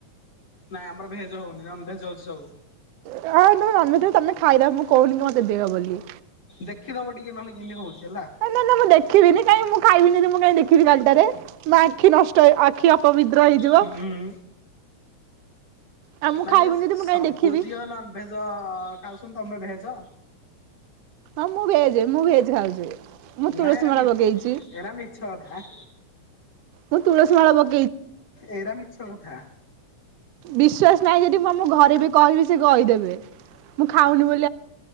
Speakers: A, on the left; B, on the right.
A: ନାଇଁ ଆମର ଭେଜ ହୋଉନି ନନ୍ ଭେଜ୍ ହୋଉଚି ସବୁ।
B: ନାଇଁ ତମେ ନନ୍ ଭେଜଟାକୁ ତମେ ଖାଇଦବ ମୁଁ କୋହୁନି କି ମତେ ଦିଅ ବୋଲି।
A: ଦେଖିଦବ ଟିକେ ନହେଲେ କିନ୍ତି ହୋଉଚି ହେଲା।
B: ନା ନା ନା ମୁଁ ଦେଖିବିନି କାଇଁ ମୁଁ ଖାଇବିନି ମୁଁ କାଇଁ ଦେଖିବି କାଲିଟାରେ। ମୋ ଆଖି ନଷ୍ଟ ହେ ଆଖି ଅପବିତ୍ର ହେଇଯିବ।
A: ହୁଁ
B: ଆଉ ମୁଁ
A: ମାନେ
B: ଖାଇବିନି
A: ସ
B: ଯଦି ମୁଁ
A: ସବୁ
B: କାହିଁ ଦେଖିବି
A: ଝିଅ ନନଭେଜଅ ଖାଉଛନ୍ତି ତମେ ଭେଜ।
B: ହଁ ମୁଁ ଭେଜ <unintelligible> ତୁଳସୀ
A: ନାଇଁ ହେରା
B: ମାଳ
A: ମି
B: ପକେଇଛି
A: ଏରା ମିଛ କଥା।
B: ମୁଁ ତୁଳସୀ ମାଳ ପ
A: ଏରା ମିଛ କଥା।
B: ବିଶ୍ଵାସ ନାହିଁ ଯଦି ମୁଁ ଆମ ଘରେ ବି କହିବି ସେ କହିଦେବେ ମୁଁ ଖାଉନି ବୋ